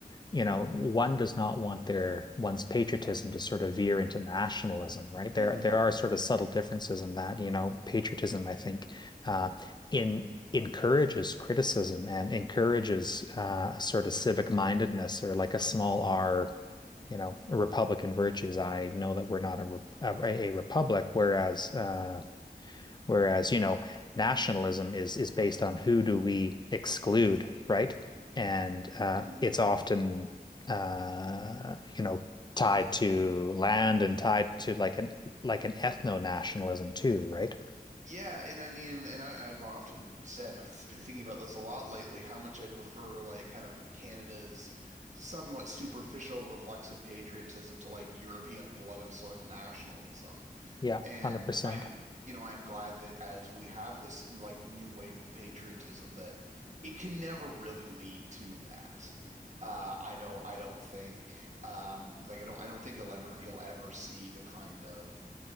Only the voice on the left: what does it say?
you know, one does not want their one's patriotism to sort of veer into nationalism, right? There,
there are sort of subtle differences in that. You know, patriotism, I think, uh, in encourages criticism and encourages uh, sort of civic mindedness or like a small R you know republican virtues i know that we're not a a, a republic whereas uh whereas you know nationalism is is based on who do we exclude right and uh
it's often uh you know tied to land and tied to like an like an ethno-nationalism too right
yeah
100%